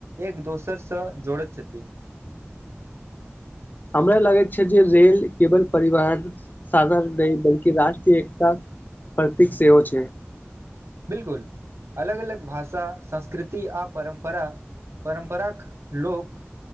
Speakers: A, on the right; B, on the left.
A: एक दोसर सँ जोड़ैत छथि
B: हमरा लगैत छै जे रेल केवल परिवहन साधन नहि बल्कि राष्ट्रीय एकता प्रतीक सेहो छै
A: बिल्कुल अलग अलग भाषा संस्कृति आ परम्परा परमपराक लोग